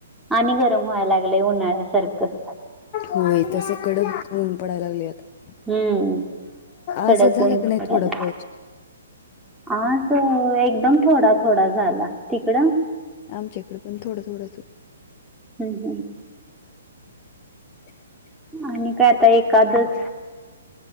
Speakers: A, in the centre; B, on the left.
A: आणि गरम व्हायला लागलंय उन्हाळ्यासारखं
B: होय तसे कडकऊून पडायला लागले आता
A: हम्म सडकण
B: आजच झाला का नाही
A: झालं
B: थोडा पाऊस
A: आज त एकदम थोडा थोडा झाला तिकडं
B: आमच्याकडे पण थोडं थोडं हो
A: हम हं आणि काय आता एखादच